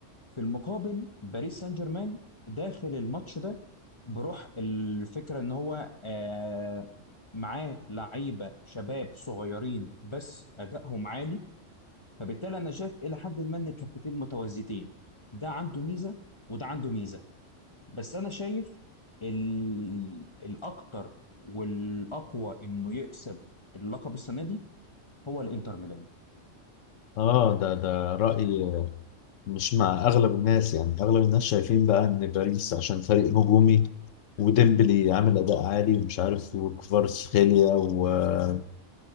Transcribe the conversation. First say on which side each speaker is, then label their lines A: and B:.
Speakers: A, on the left; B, on the left.
A: في المقابل باريس سان جيرمان داخل الماتش ده بروح الفكره ان هو آه معاه لعيبه شباب صغيرين بس ادائهم عالي فبالتالي انا شايف الى حد ما ان الكفتين متوازيتين ده عنده ميزه وده عنده ميزه بس انا شايف ال... الاكتر والاقوى انه يكسب اللقب السنه دي هو الانتر ميلان
B: اه ده ده رأي مش مع اغلب الناس يعني اغلب الناس شايفين بقى ان باريس عشان فريق هجومي وديمبلي عامل اداء عالي ومش عارف وكفاراتسخيليا وعندك